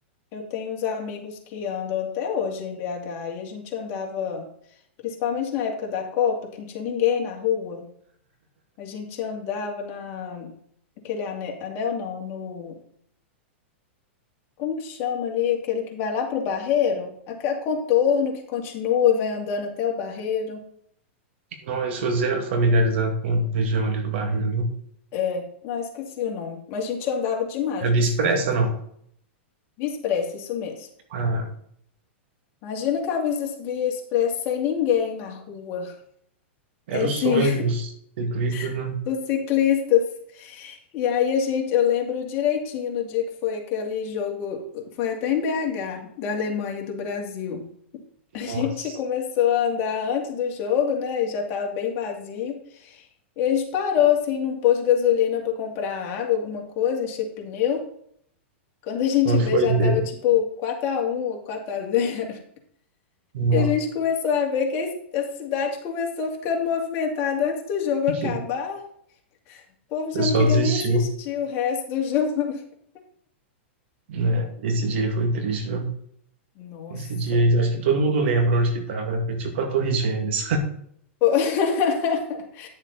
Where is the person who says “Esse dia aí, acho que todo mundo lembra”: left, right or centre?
Right